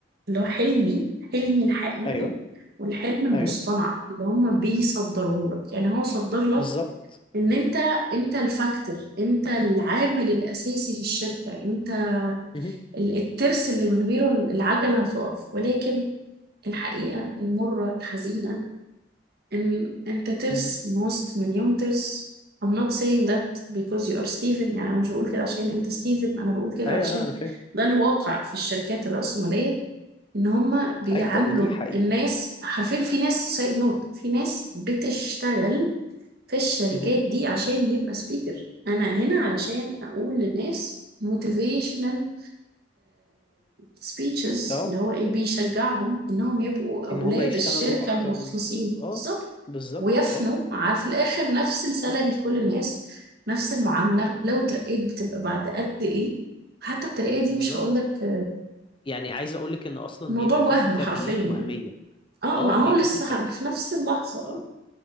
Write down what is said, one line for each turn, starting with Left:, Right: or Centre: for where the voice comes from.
Right: اللي هو حلمي حلمي الحقيقي
Left: ايوه
Right: والحلم المصطنع
Left: ايوه
Right: اللي هم بيصدروه لك يعني هو صدر لك
Left: بالظبط
Right: ان انت انت الفاكتور انت العامل الاساسي في الشركه انت
Left: مهم.
Right: ال- الترس اللي من غيره العجله هتقف ولكن الحقيقه المره الحزينه ان انت ترس
Left: مهم.
Right: ماست مليون ترس I'm not saying that because you are Steven يعني انا مش بقول كده عشان انت ستيفن انا بقول كده
Left: ايوه
Right: علشان
Left: لا انا فاهم
Right: ده الواقع في الشركات الرأسمالية ان هم بيعاملوا
Left: ايوه ودي حقيقه
Right: الناس حرفيا في ناس سايد نوت في ناس بتشتغل في الشركات
Left: مهم.
Right: دي عشان يبقى سبيكر انا هنا علشان اقول للناس موتيفيشنال سبيتشز
Left: اه
Right: اللي هو ايه بيشجعهم انهم يبقوا اولاد
Left: ان هما يشتغلوا
Right: الشركة
Left: اكتر
Right: المخلصين
Left: و... اه
Right: بالظبط
Left: بالظبط
Right: ويفنوا
Left: اه
Right: على في الاخر نفس السالري
Left: مم.
Right: لكل الناس نفس المعامله لو اترقيت بتبقى بعد قد ايه حتى الترقيه دي
Left: بالظبط
Right: مش هقول لك
Left: يعني عايز اقول لك ان اصلا
Right: الموضوع
Left: بيبقى
Right: وهم
Left: فيه ترقيات
Right: حرفيا يعني
Left: وهميه
Right: اه
Left: اه
Right: ما هو
Left: بيبقى
Right: لسه
Left: فيه ترقية
Right: هن- في نفس اللحظه اه
Left: اه